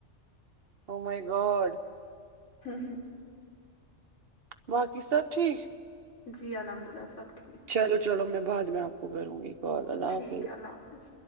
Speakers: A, on the right; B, on the left.
A: مائی گوٹ
B: ہوں ہوں
A: باقی سب ٹھیک
B: جی الحمد اللہ سب ٹھیک
A: چلو چلو میں بعد میں آپ کو کروں گی کال اللہ
B: ٹھیک
A: حافظ
B: ہے اللہ حافظ